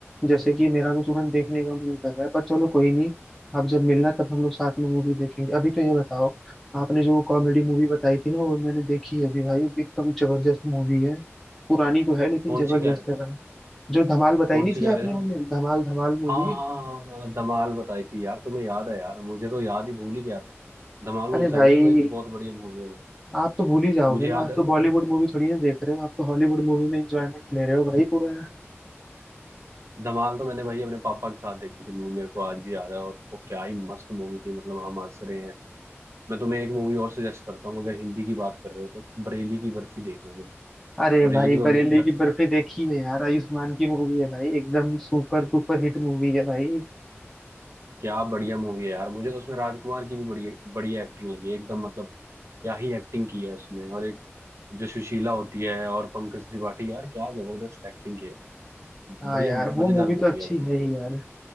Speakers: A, in the centre; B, on the right.
A: जैसे कि मेरा तो तुरंत देखने का मन कर रहा है पर चलो कोई नहीं आप जब मिलना तब हम लोग साथ में मूवी देखेंगे अभी तो ये बताओ आपने जो कॉमेडी मूवी बताई थी ना वो मैंने देखी है अभी भाई एकदम जबरदस्त मूवी है पुरानी तो है लेकिन
B: कौन
A: जबरदस्त
B: सी कह रहे हो
A: है भाई जो धमाल बताई
B: कौन
A: नहीं
B: सी
A: थी
B: कह
A: आपने
B: रहे
A: मुझे धमाल धमाल मूवी
B: हाँ हाँ हाँ हाँ धमाल बताई थी यार तुम्हें याद है यार मुझे तो याद ही भूल ही गया था धमाल
A: अरे
B: उल सही
A: भाई
B: में भाई बहुत बढ़िया मूवी है भाई
A: आप तो भूल ही जाओगे
B: मुझे
A: ना
B: याद
A: आप
B: है
A: तो बॉलीवुड मूवी थोड़ी ना देख रहे हो आप तो हॉलीवुड मूवी में एंजॉयमेंट ले रहे हो भाई पूरा
B: धमाल तो मैंने भाई अपने पापा के साथ देखी थी मूवी मेरे को आज भी याद है और वो क्या ही मस्त मूवी थी मतलब हम हंस रहे हैं मैं तुम्हें एक मूवी और सजेस्ट करता हूँ अगर हिंदी की बात कर रहे हो तो बरेली की बर्फी देखना तुम
A: अरे
B: बरेली
A: भाई
B: की
A: बरेली
B: बर्फी
A: की बर्फी देखी है यार आयुष्मान की मूवी है भाई एकदम सुपर डुपर हिट मूवी है भाई
B: क्या बढ़िया मूवी है यार मुझे तो उसमें राजकुमार की भी बढ़िया बढ़िया एक्टिंग लगी एकदम मतलब क्या ही एक्टिंग की है उसमें और एक जो सुशीला होती है और पंकज त्रिपाठी यार क्या जबरदस्त एक्टिंग की है
A: हाँ
B: बढ़िया
A: यार
B: मजेदार
A: वो मूवी
B: मूवी
A: तो अच्छी
B: है भाई मतलब
A: है ही यार